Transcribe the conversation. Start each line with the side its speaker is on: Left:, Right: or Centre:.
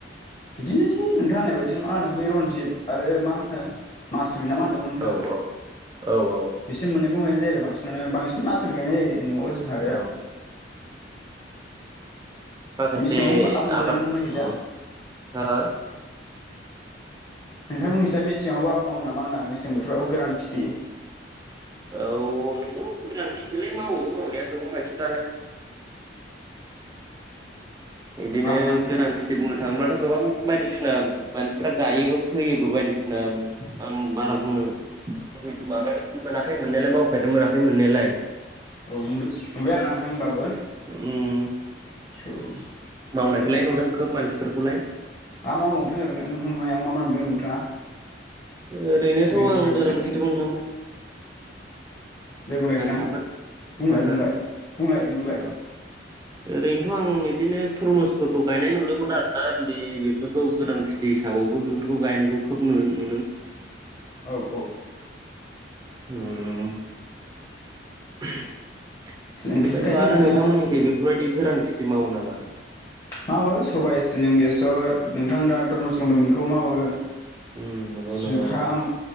Left: बिदिनोसै नोंथां होननाय बायदि मा होनो रनजिद आरो मा होनो मासुरि ना मा होनदोंमोन नोंथाङा
Right: औ औ औ औ
Left: बिसोर मोन <unintelligible> बांसिनानो बांसिन मासुरि गायनाय जायो। न'आव जोंहा आरो
Right: औ माखासे
Left: मेसेङावबो मावजायो
Right: आबाद
Left: ना नोंथांमोननिखैजा
Right: <unintelligible>
Left: नोंथांमोननिजा मेसेङावबो आबाद मावो नामा होनदां मेसें बोथोराव गोरान खेथि?
Right: औ नोंगौ गोरान खिथिलाय मावो मावनाया गोबां मानसिफ्रानो। बिदिनो
Left: मावोना नोंथां
Right: गोरान खिथि बुंनो थाङोब्लाथ' गोबां बायदिसिना मानसिफ्रा गायोबो फैयोबो बायदिसिना आं बारा बुंनो माबानो मोनाखै मोननायलाय मावफेरनो मोनाखै मोननायलाय
Left: औ नुबाय आरो नोंथां होनबाबो
Right: उम
Left: औ।
Right: मावनायखौलाय नुदों खोब मानसि फोरखौलाय
Left: <unintelligible> मा नुदों नोंथाङा?
Right: ओरैनोथ'
Left: सिबिं
Right: आं
Left: सबाय बेसोर
Right: गोरान खिथि बुंनो थाङो
Left: दे बुंलाय नोंथां
Right: थांबा
Left: बुंलाय
Right: हो हो
Left: बुंलाय बुंलाय बुंलाय।
Right: औ ओरैनोथ' आं बिदिनो थरमुसफोरखौ गायनाय नुदोंमोन आरो। दा दे बेफोरखौ गोदान हिसाबावबो बेफोरखौ गायनायखौ खोब नुनो मोनो।
Left: औ औ।
Right: उम। <inaudible>
Left: जोंनिथिंबो
Right: बिनिफ्रायथ'
Left: गायो
Right: आरो
Left: बिदिनो।
Right: नोंथांमोननिखै बेफोरबायदि गोरान खिथि मावो नामा?
Left: मावो सबाइ सिबिं बेसर। नोंथां दा टरमुस बुंदों बेखौ मावो।
Right: उम नंगौ
Left: जुखाम
Right: नंगौ नोंथां